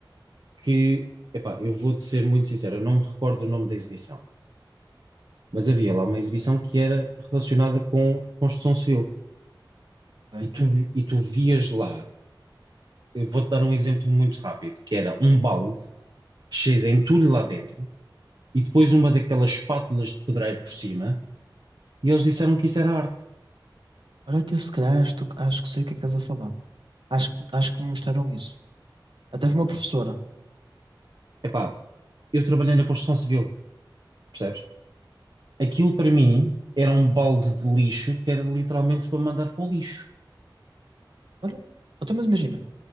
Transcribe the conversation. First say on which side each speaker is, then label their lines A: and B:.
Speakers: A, on the right; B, on the right.
A: que, epá, eu vou-te ser muito sincero, eu não me recordo o nome da exibição, mas havia lá uma exibição que era relacionada com construção civil.
B: Ok.
A: E tu, e tu vias lá, eu vou-te dar um exemplo muito rápido, que era um balde cheio de entulho lá dentro e depois uma daquelas espátulas de pedreiro por cima, e eles disseram que isso era arte.
B: Olha que eu se calhar acho, acho que sei o que é que estás a falar. Acho, acho que me mostraram isso. Até foi uma professora.
A: Epá, eu trabalhei na construção civil, percebes? Aquilo para mim era um balde de lixo que era literalmente para mandar para o lixo.
B: Olha, até mas imagina,